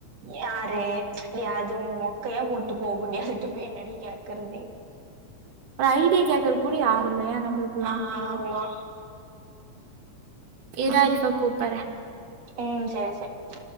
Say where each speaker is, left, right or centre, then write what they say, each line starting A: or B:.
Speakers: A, on the right (about 60°); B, on the right (about 90°).
A: யாரு ஏ அது மொக்கையா போட்டு போகுன் டீ அதுட்டு போய் என்னடி கேக்கறது
B: ஒரு ஐடியா கேக்கறக்கு கூட யாரு இல்லையா நம்மளுக்குல்லா
A: ஆ ஆமா
B: இரு ஆரிஃபா கூப்பறே
A: ம் சேரி சேரி